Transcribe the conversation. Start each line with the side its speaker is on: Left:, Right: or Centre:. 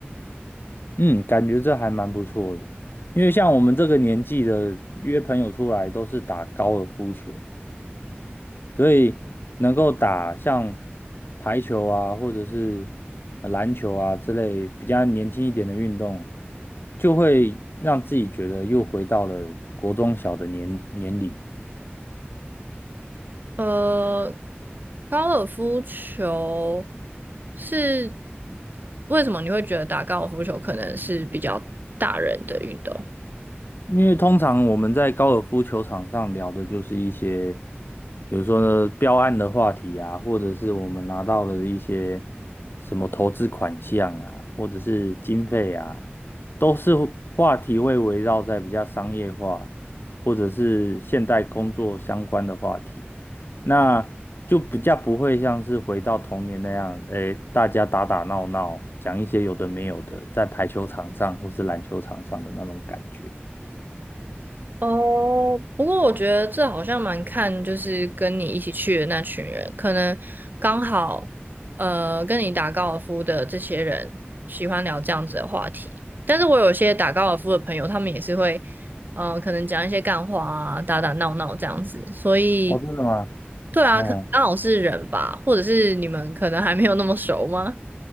Left: 嗯，感觉这还蛮不错的，因为像我们这个年纪的约朋友出来都是打高尔夫球。所以能够打像排球啊，或者是呃篮球啊之类比较年轻一点的运动，就会让自己觉得又回到了国中小的年年龄。
Right: 呃，高尔夫球是为什么你会觉得打高尔夫球可能是比较大人的运动？
Left: 因为通常我们在高尔夫球场上聊的就是一些，比如说呢，标案的话题啊，或者是我们拿到了一些什么投资款项啊，或者是经费啊，都是话题会围绕在比较商业化或者是现代工作相关的话题，那就比较不会像是回到童年那样，诶，大家打打闹闹，讲一些有的没有的，在排球场上或是篮球场上的那种感觉。
Right: 哦，不过我觉得这好像蛮看，就是跟你一起去的那群人，可能刚好呃跟你打高尔夫的这些人喜欢聊这样子的话题。但是我有些打高尔夫的朋友，他们也是会呃可能讲一些干话啊，打打闹闹这样子。所以，
Left: 哦，真的吗？
Right: 对啊，
Left: 哦
Right: 可能刚好是人吧，或者是你们可能还没有那么熟吗？